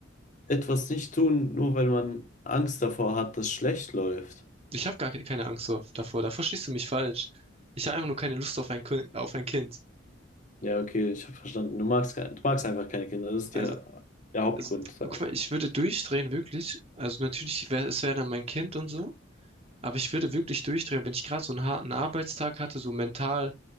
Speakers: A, on the left; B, on the right.
A: etwas nicht tun, nur weil man Angst davor hat, dass schlecht läuft.
B: Ich habe gar ke- keine Angst so- davor, da verstehst du mich falsch. Ich habe einfach nur keine Lust auf ein, Ki- auf ein Kind.
A: Ja, okay, ich habe verstanden. Du magst, ke- du magst einfach keine Kinder. Das ist
B: Also,
A: der, der Hauptgrund,
B: also,
A: sagen
B: guck mal, ich würde durchdrehen, wirklich. Also natürlich, wär, es wäre dann mein Kind und so. Aber ich würde wirklich durchdrehen, wenn ich gerade so einen harten Arbeitstag hatte, so mental